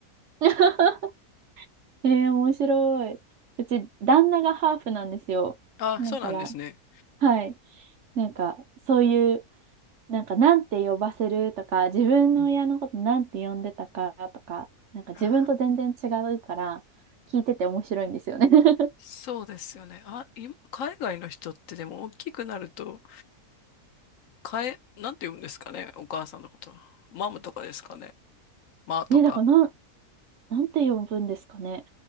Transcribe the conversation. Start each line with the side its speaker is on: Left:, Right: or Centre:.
Right: <laughs> えー、面白い。うち、旦那がハーフなんですよ。
Left: あ、
Right: だから、
Left: そうなんですね。
Right: はい。なんか、そういう、なんか、なんて呼ばせるとか、自分の親のことなんて呼んでたかとか、
Left: うん
Right: なんか自分と全然違うから、
Left: あ
Right: 聞いてて面白いんですよね。<laughs>
Left: そうですよね。あ、い、海外の人ってでも大きくなると、かえ、なんて言うんですかね、お母さんのこと。マムとかですかね。マーとか。
Right: ね、だからなん、なんて呼ぶんですかね。